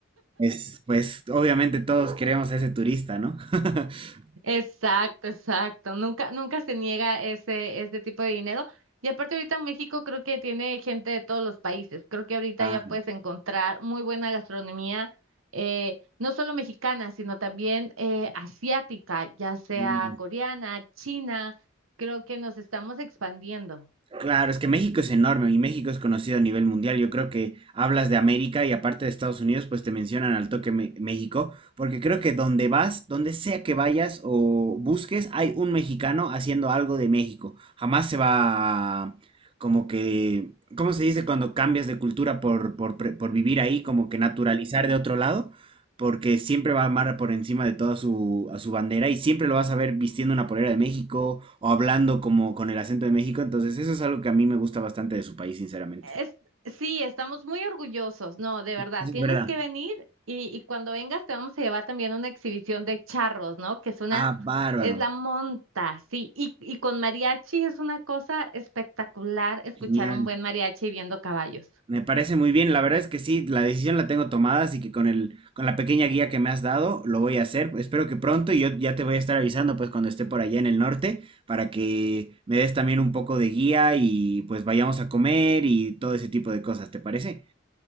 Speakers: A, on the right; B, on the right.
A: es, pues obviamente todos queremos a ese turista, ¿no? <laughs>
B: Exacto, exacto. Nunca, nunca se niega ese, ese tipo de dinero. Y aparte ahorita México creo que tiene gente de todos los países. Creo que ahorita
A: Ah,
B: ya puedes encontrar muy buena gastronomía, eh, no solo mexicana, sino también eh, asiática, ya sea
A: no.
B: coreana, china. Creo que nos estamos expandiendo.
A: Claro, es que México es enorme y México es conocido a nivel mundial. Yo creo que hablas de América y aparte de Estados Unidos, pues te mencionan al toque Me- México, porque creo que donde vas, donde sea que vayas o busques, hay un mexicano haciendo algo de México. Jamás se va a- como que, ¿cómo se dice cuando cambias de cultura por, por, pre- por vivir ahí, como que naturalizar de otro lado? porque siempre va a amar por encima de toda su, a su bandera y siempre lo vas a ver vistiendo una polera de México o hablando como con el acento de México. Entonces, eso es algo que a mí me gusta bastante de su país, sinceramente.
B: Es- sí, estamos muy orgullosos. No, de verdad,
A: Es
B: tienes
A: verdad.
B: que venir y, y cuando vengas te vamos a llevar también una exhibición de charros, ¿no? Que es una,
A: Ah, bárbaro.
B: es la monta, sí. Y, y con mariachi es una cosa espectacular escuchar
A: Genial.
B: un buen mariachi viendo caballos.
A: Me parece muy bien. La verdad es que sí, la decisión la tengo tomada, así que con el, con la pequeña guía que me has dado, lo voy a hacer. Espero que pronto y yo ya te voy a estar avisando, pues, cuando esté por allá en el norte, para que me des también un poco de guía y pues vayamos a comer y todo ese tipo de cosas, ¿te parece?